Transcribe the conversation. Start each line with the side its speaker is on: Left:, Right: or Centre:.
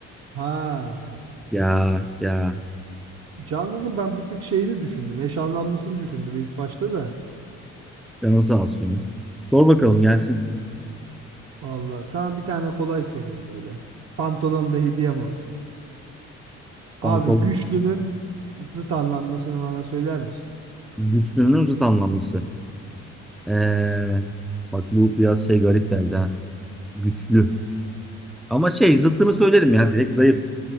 Right: Ha.
Centre: Ya ya
Right: Canlı'nın ben bir tık şeyini düşündüm. Eş anlamlısını düşündüm ilk başta da.
Centre: canın sağ olsun ya. Sor bakalım gelsin.
Right: Vallahi sana bir tane kolay sorayım böyle. Pantolon da hediyem olsun.
Centre: Pantolon.
Right: Abi güçlünün zıt anlamlısını bana söyler misin?
Centre: Güçlünün zıt anlamlısı. Ee, bak bu biraz şey garip geldi ha. Güçlü. Ama şey zıttını söylerim ya direkt zayıf.